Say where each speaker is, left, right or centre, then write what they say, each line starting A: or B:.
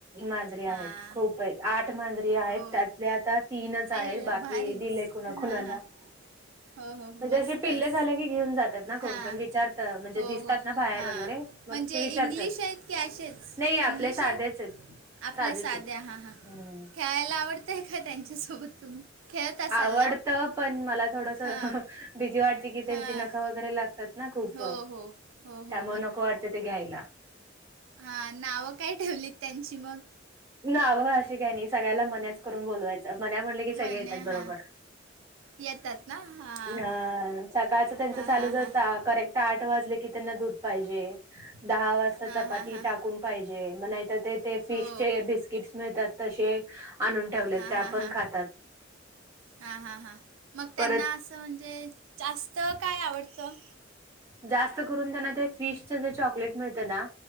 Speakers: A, on the right (about 15°); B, on the right (about 80°).
A: मांजरीे
B: हां
A: आहेत खूप आहेत आठ मांजरी जे आहेत
B: हो
A: त्यातले आता तीनच आहेत
B: आईला
A: बाकी
B: भारीच
A: दिले कुणा
B: हां
A: कुणाला
B: हां हो हो हो
A: म्हणजे
B: मस्तच
A: असे पिल्ले झाले घेऊन जातात ना
B: हां
A: कोण पण विचारत म्हणजे
B: हो
A: दिसतात
B: हो
A: ना बाहेर
B: हां
A: वगैरे मग
B: म्हणजे
A: ते विचारतात
B: इंग्लिश आहेत की असेच
A: नाही आपले
B: इंग्लिश
A: साधेच आहेत
B: आपल्या
A: साधेच
B: साध्या
A: आहेत
B: हां हां
A: हम्म
B: खेळायला आवडतंय का त्यांच्यासोबत तुम्ही? खेळत असाल
A: आवडत
B: ना
A: पण मला थोडस
B: हां
A: भिती वाटते की त्यांची
B: हां
A: नख वगैरे लागतात ना खूप
B: हो
A: त्यामुळे
B: हो हो हो
A: नको वाटत ते घ्यायला
B: हा नावं काय ठेवलीत त्यांची मग
A: नाव अशी काही नाही सगळ्याला मनाच करून बोलवायचं मना म्हटले की सगळे
B: म्हणे
A: येतात बरोबर
B: हां येतात ना हां
A: ह सकाळच त्यांच
B: हां
A: चालूच
B: हां
A: असत
B: हां
A: करेक्ट आठ वाजले की त्यांना दूध पाहिजे दहा वाजता
B: हां
A: चपाती
B: हां हां
A: टाकून पाहिजे मग नाहीतर ते फिश
B: हो
A: ज बिस्किटस मिळतात तसे आणून ठेवलेत
B: हां
A: त्या
B: हां
A: पण
B: हां
A: खातात
B: हां हां हां मग त्यांना
A: परत
B: असं म्हणजे जास्त काय आवडतं
A: जास्त करून त्यांना ते फिशच जे चॉकलेट मिळत ना